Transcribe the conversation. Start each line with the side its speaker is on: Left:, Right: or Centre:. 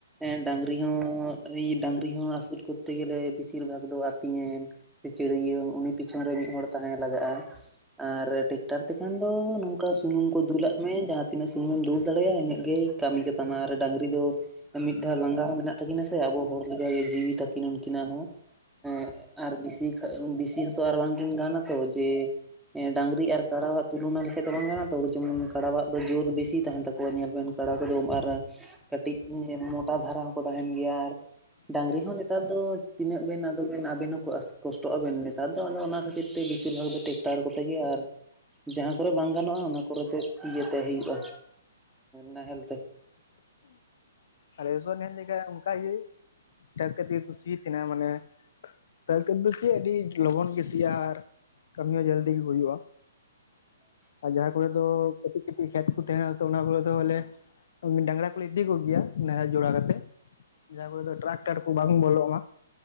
Centre: ᱮᱸ ᱰᱟᱝ ᱨᱤ ᱦᱚᱸ ᱨᱤ ᱰᱟᱝᱨᱤ ᱦᱚᱸ ᱟᱹᱥᱩᱞ ᱠᱚᱨᱛᱮ ᱜᱮᱞᱮ ᱵᱮᱥᱤᱨ ᱵᱷᱟᱜᱽ ᱫᱚ ᱟᱹᱛᱤᱧᱮ ᱥᱮ ᱪᱤᱲᱭᱟᱹ ᱩᱱᱤ ᱯᱤᱪᱷᱚᱱ ᱨᱮ ᱢᱤᱫ ᱦᱚᱲ ᱛᱟᱦᱮᱸ ᱞᱟᱜᱟᱜᱼᱟ ᱟᱨ ᱴᱮᱠᱴᱟᱨ ᱛᱮᱠᱷᱟᱱ ᱫᱚ ᱱᱚᱝ ᱚᱱᱠᱟ ᱥᱩᱱᱩᱢ ᱠᱚ ᱫᱩᱞᱟᱜ ᱢᱮ ᱡᱟᱦᱟᱸ ᱛᱤᱱᱟᱹᱜ ᱥᱩᱱᱩᱢᱮᱢ ᱫᱩᱞ ᱫᱟᱲᱮᱭᱟᱜᱼᱟ ᱤᱱᱟᱹᱜ ᱜᱮᱭ ᱠᱟᱹᱢᱤ ᱠᱟᱛᱟᱢᱟ ᱟᱨ ᱰᱟᱝᱨᱤ ᱫᱚ ᱢᱤᱫ ᱫᱷᱟᱣ ᱞᱟᱸᱜᱟ ᱦᱚᱸ ᱢᱮᱱᱟᱜ ᱛᱟᱹᱠᱤᱱᱟ ᱥᱮ ᱟᱵᱚ ᱦᱚᱲ ᱞᱮᱠᱟᱜᱮ ᱡᱤᱣᱤ ᱛᱟᱹᱠᱤᱱ ᱩᱱᱠᱤᱱᱟᱜ ᱦᱚᱸ᱾ ᱮᱸᱜ ᱟᱨ ᱵᱮᱥᱤ ᱵᱮᱥᱤ ᱦᱚᱸᱛᱚ ᱟᱨ ᱵᱟᱝᱠᱤᱱ ᱜᱟᱱᱟ ᱛᱚ ᱡᱮ ᱮᱸ ᱰᱟᱝᱨᱤ ᱟᱨ ᱠᱟᱲᱟᱣᱟᱜ ᱛᱩᱞᱚᱱᱟ ᱞᱮ ᱪᱮᱫ ᱵᱟᱝ ᱠᱟᱱᱟ ᱛᱚ ᱡᱮᱢᱚᱱ ᱠᱟᱰᱟᱣᱟᱜ ᱫᱚ ᱡᱳᱨ ᱵᱮᱥᱤ ᱛᱟᱦᱮᱱ ᱛᱟᱠᱚᱣᱟ ᱧᱮᱞ ᱵᱮᱱ ᱠᱟᱲᱟ ᱠᱚᱫᱚ ᱟᱨ ᱠᱟᱹᱴᱤᱡ ᱢᱳᱴᱟ ᱫᱷᱟᱨᱟ ᱦᱚᱸᱠᱚ ᱛᱟᱦᱮᱱ ᱜᱮᱭᱟ ᱟᱨ ᱰᱟᱝᱨᱤ ᱦᱚᱸ ᱱᱮᱛᱟᱨ ᱫᱚ ᱛᱤᱱᱟᱹᱜ ᱵᱮᱱ ᱟᱫᱚ ᱵᱮᱱ ᱟᱵᱮᱱ ᱦᱚᱸᱠᱚ ᱟᱥ ᱠᱚᱥᱴᱚᱜ ᱟᱵᱮᱱ ᱱᱮᱛᱟᱨ ᱫᱚ ᱟᱫᱚ ᱚᱱᱟ ᱠᱷᱟᱹᱛᱤᱨ ᱛᱮ ᱵᱮᱥᱤᱨ ᱵᱷᱟᱜ ᱫᱚ ᱴᱮᱠᱴᱟᱨ ᱠᱚᱛᱮ ᱜᱮ ᱟᱨ ᱡᱟᱦᱟᱸ ᱠᱚᱨᱮ ᱵᱟᱝ ᱜᱟᱱᱚᱜᱼᱟ ᱚᱱᱟ ᱠᱚᱨᱮᱛᱮ ᱤᱭᱟᱹᱛᱮ ᱦᱩᱭᱩᱜᱼᱟ ᱱᱟᱦᱮᱞ ᱛᱮ᱾
Left: ᱟᱞᱮ ᱥᱮᱫ ᱦᱚ ᱧᱮᱞ ᱞᱮᱠᱷᱟᱡ ᱚᱱᱠᱟᱜᱤ ᱴᱟᱠᱴᱟᱹᱨ ᱛᱮ ᱠᱚ ᱥᱤ ᱮᱫ ᱛᱟᱦᱮᱱᱟ ᱢᱟᱱᱮ <unintelligible> ᱟᱹᱰᱤ ᱞᱚᱜᱚᱱ ᱜᱮ ᱥᱤᱭᱟ ᱟᱨ ᱠᱟᱹᱢᱤ ᱦᱚᱸ ᱡᱚᱞᱫᱤ ᱜᱮ ᱦᱩᱭᱩᱜᱼᱟ᱾
Centre: <inaudible>
Left: ᱟᱨ ᱡᱟᱦᱟᱸ ᱠᱚᱨᱮ ᱫᱚ ᱠᱟᱹᱴᱤᱡ ᱠᱟᱹᱴᱤᱡ ᱠᱷᱮᱛ ᱠᱚ ᱛᱟᱦᱮᱸᱱᱟ ᱛᱚ ᱚᱱᱟ ᱠᱚᱨᱮ ᱫᱚ ᱵᱚᱞᱮ ᱰᱟᱝᱨᱟ ᱠᱚᱞᱮ ᱤᱫᱤ ᱠᱚ ᱜᱮᱭᱟ᱾ ᱱᱟᱦᱮᱞ ᱡᱚᱲᱟ ᱠᱟᱛᱮᱜ ᱡᱟᱦᱟᱸ ᱠᱚᱨᱮ ᱫᱚ ᱴᱨᱟᱠᱴᱟᱨ ᱠᱚ ᱵᱟᱝ ᱵᱚᱞᱚᱜᱼᱟ᱾